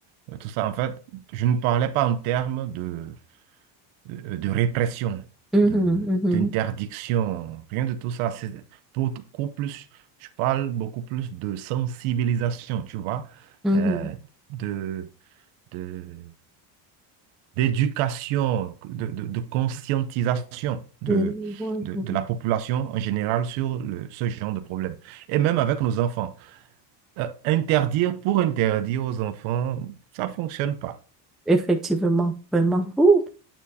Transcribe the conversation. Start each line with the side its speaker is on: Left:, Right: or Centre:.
Right: de tout ça, en fait, je ne parlais pas en termes de, de, de répression,
Centre: Mhm,
Right: de,
Centre: mhm,
Right: d'interdiction, rien de tout ça. C'est beaucoup plus, je parle beaucoup plus de sensibilisation, tu vois,
Centre: mhm.
Right: euh, de, de d'éducation, de, de- de conscientisation de,
Centre: Mais je vois, je
Right: de,
Centre: vois.
Right: de la population en général sur le- ce genre de problème. Et même avec nos enfants. Euh, interdire pour interdire aux enfants, ça ne fonctionne pas.
Centre: Effectivement, vraiment. Ouh,